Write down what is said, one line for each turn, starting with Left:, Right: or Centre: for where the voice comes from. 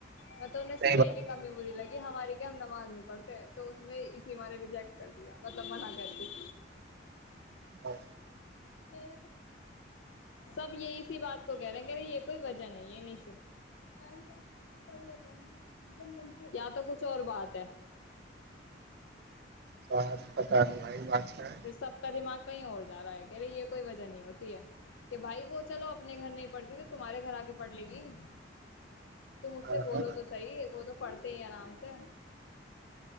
Left: میںط توہ
Right: صحیح
Left: سےفیکے
Right: بات
Left: کے کمی بورری لگی کہ ہماری کیا ہم نماز نہیں پڑتے تو اس نے اسی ہمارے رجیکٹ کر دیا مطلب منع کر دی
Right: ہاں
Left: کہ سب یہ اسی بات کو کہہ رہے کہہ رہے یہ کوئی وجہ نہیں ہے نشو پ پڑ لی تھ ہیں دم بن یا تو کچھ اور بات ہے
Right: ب پتاہ نہیں آ بات کیا
Left: پھر سب کا دماغ کہیں اور جا رہا ہے کہہ رہے یہ کوئی وجہ نہیں ہوتی ہے کہ بھائی وہ چلو اپنے گھر نہیں پڑتی تو تمہارے گھر آ کے پڑھ لے گی تم
Right: ہے
Left: اسجھ سے بولو تو صحی وہ تو پڑھتے ہی آرام سے